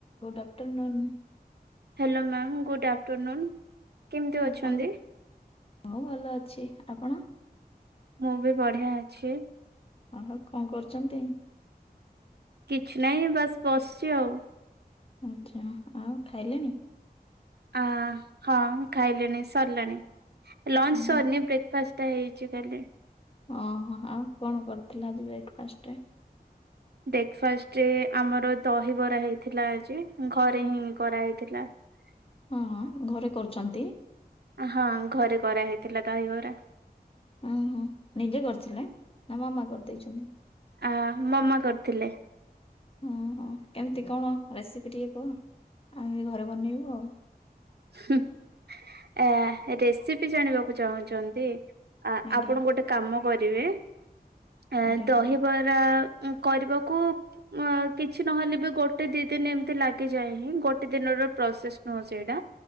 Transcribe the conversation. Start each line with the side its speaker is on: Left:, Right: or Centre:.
Left: Good afternoon.
Right: Hello ma'am good afternoon. କେମିତି ଅଛନ୍ତି?
Left: ଆ କଣ ମୁଁ ଭଲ ଅଛି ଆପଣ?
Right: ମୁଁ ବି ବଢିଆ ଅଛି।
Left: ଆଉ କଣ କରୁଛନ୍ତି?
Right: କିଛି ନାହିଁ ବାସ୍ ବସିଛି ଆଉ।
Left: ଆଚ୍ଛା ଆଉ ଖାଇଲେଣି?
Right: ଆ ହଁ ଖାଇଲେଣି ସରିଲାଣି। ଲଞ୍ଚ
Left: ହଁ
Right: ସରିନି ବ୍ରେକ୍ଫାଷ୍ଟ ଟା ହେଇଛି କାଲି।
Left: ହଁ ଓହୋ ଆଉ କଣ କରିଥିଲ ଆଜି ବ୍ରେକ୍ଫାଷ୍ଟରେ?
Right: ବ୍ରେକ୍ଫାଷ୍ଟରେ ଆମର ଦହିବରା ହେଇଥିଲା ଆଜି ଘରେ ହିଁ କରାହେଇଥିଲା। ହ
Left: ହଁ ହଁ ଘରେ କରୁଛନ୍ତି?
Right: ହଁ ଘରେ କରାହେଇଥିଲା ଦହିବରା।
Left: ଓହୋ ନିଜେ କରିଥିଲେ ନା ମାମା କରିଦେଇଛନ୍ତି?
Right: ଆ ମାମା କରିଥିଲେ।
Left: ହଁ ହଁ କେମିତି କଣ ରେସିପି ଟିକେ କୁହ ଆମେ ବି ଘରେ ବନେଇବୁ ଆଉ।
Right: ହୁଁ ଆ ରେସିପି ଜାଣିବାକୁ ଚାହୁଁଛନ୍ତି? ଆ
Left: ଆଜ୍ଞା
Right: ଆପଣ ଗୋଟେ କାମ କରିବେ ଆ
Left: ଆଜ୍ଞା
Right: ଦହିବ
Left: କୁହନ୍ତୁ
Right: ବରା କରିବାକୁ ଅ କିଛି ନହେଲେ ବି ଗୋଟେ ଦି ଦିନ ଏମିତି ଲାଗିଯାଏ ହିଁ। ଗୋଟେ ଦିନର ପ୍ରୋସେସ ନୁହଁ ସେଇଟା।